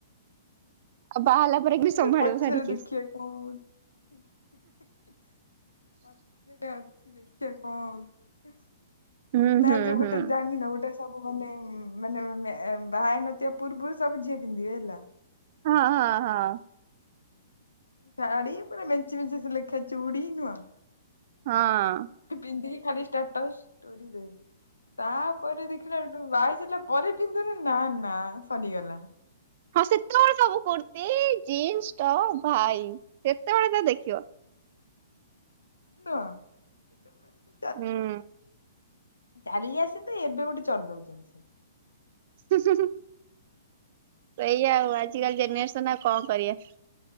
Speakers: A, on the right; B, on the left.
A: ଆଉ ବାହାହେଲା ପରେ କେମିତି ସମ୍ଭାଳିବ
B: ପଛରେ
A: ଶାଢୀକି?
B: ଦେଖିବା କଣ ହଉ ଇ ଈ ପଛରେ ଅଛି ଦେଖିବା କଣ ହ <unintelligible>
A: ହୁଁ
B: ନାଯେ
A: ହୁଁ ହୁଁ।
B: ଗୋଟେ ଜାନିନ ଗୋଟେ ସବୁ ମାନେ ଏ ମାନେ ଏ ବାହହେଇନଥିବା ପୂର୍ବୁରୁ ସବୁ ଯିଏ ପିନ୍ଧିବେ ହେଲା
A: ହଁ ହଁ ହଁ।
B: ଶାଢ଼ି ପୁରା ମେଞ୍ଚେମେଞ୍ଚେସେଲେଖା ଚୁଡି ନୁହଁ।
A: ହଁ।
B: ପିନ୍ଧିକି ଖାଲି ଷ୍ଟାଟସ୍ ଷ୍ଟୋରି ଦେ। ତାପରେ ଦେଖିଲାଠୁ ବାଇଶ ଝିଲାପରେ ପିନ୍ଧୁନୁ ନା ନା ସରିଗଲା।
A: ହଁ ସେତଳେସବୁ କୁର୍ତ୍ତିୀ ଜିନ୍ସ ଟପ୍ ଭାଇ ସେତେବେଳେ ତ ଦେଖିବ।
B: ନୁହଁ <unintelligible>
A: ହୁଁ। ହୁଁ
B: ଚାଲି ଆସନ୍ତିଏବେ ଗୋଟେ ଚଲଉଚନ୍ତି ସେ
A: ହୁଁ ହୁଁ ହୁଁ ସେଇଆ ଆ ଆଜିିକାଲି ଜେନେରେସନ୍ ଆଉ କଂକରିବା।